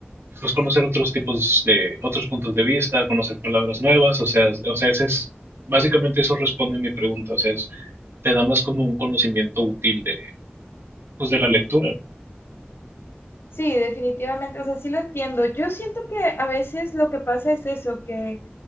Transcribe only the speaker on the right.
pues, conocer otros tipos de otros puntos de vista, conocer palabras nuevas, o sea, es- o sea, ese es básicamente eso responde a mi pregunta, o sea, es- te da más como un conocimiento útil de pues de la lectura, ¿no?